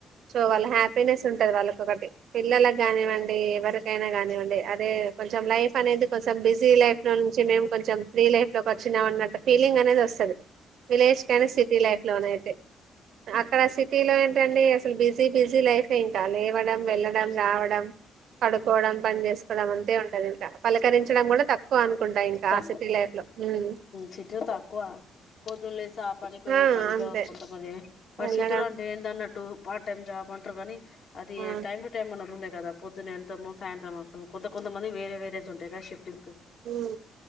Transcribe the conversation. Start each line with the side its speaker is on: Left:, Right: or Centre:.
Right: సో వాళ్ళ హ్యాపీనెస్ ఉంటది వాళ్ళక ఒకటి పిల్లలకి కానివ్వండి ఎవరికైనా కానివ్వండి అదే కొంచెం లైఫ్ అనేది కొంచెం బిజీ లైఫ్ లో నుంచి మేము కొంచెం ఫ్రీ లైఫ్ లోకి వచ్చినాం అన్నట్ ఫీలింగ్ అనేది వస్తుంది విలేష్ కసి సిటీ లైఫ్ లోన అయితే అక్కడ సిటీలో ఏంటండి అసలు బిజీ బిజీ లైఫే ఇంకా లేవడం వెళ్లడం రావడం పడుకోవడం పని చేసుకోవడం అంతే ఉంటంది ఇంకా పలకరించడం కూడా తక్కువ అనుకుంటా ఇంకా
Left: తకు
Right: ఆ సిటీ లైఫ్ లో ఉమ్
Left: సిటీ తక్కు బదులు సాప మీకు
Right: ఆ
Left: ఈ పనితో
Right: అంతే
Left: కొంతమంది, ఆ
Right: వెళ్ళడం
Left: సిటీలో అంటే ఏందన్నట్టు? పార్ట్ టైమ్ జాబ్ అంట్ త్రోవని అది యే,
Right: ఆ
Left: టైమ్ టు టైం మన రూమ్మేట్ కదా పొద్దున్నెళ్తము సాంతం మాసము కొంతమంది వేరే వేరేస్ ఉంటంది తెగా శిపు
Right: ఉమ్